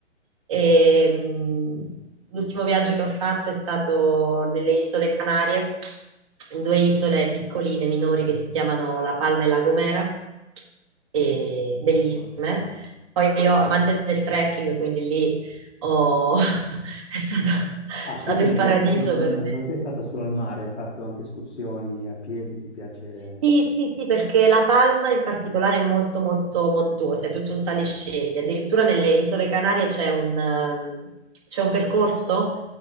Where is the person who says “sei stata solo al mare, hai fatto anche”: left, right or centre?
Left